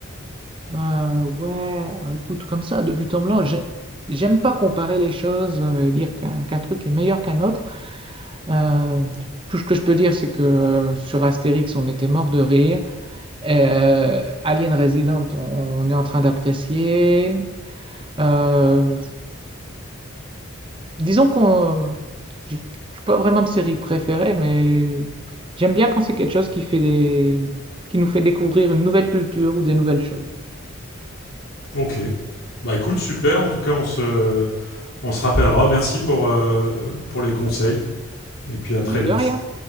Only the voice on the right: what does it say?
euh, ouais, ah, écoute, comme ça, de but en blanc, j'ai- j'aime pas comparer les choses euh, et dire qu'un qu'un truc est meilleur qu'un autre. Euh, tout ce que je peux dire, c'est que euh, sur Astérix, on était mort de rire. Euh, Alien Resident, on, on est en train d'apprécier. Euh, disons qu'on, je je suis pas vraiment de série préférée, mais j'aime bien quand c'est quelque chose qui fait des, qui nous fait découvrir une nouvelle culture ou des nouvelles choses.
Mais
de rien.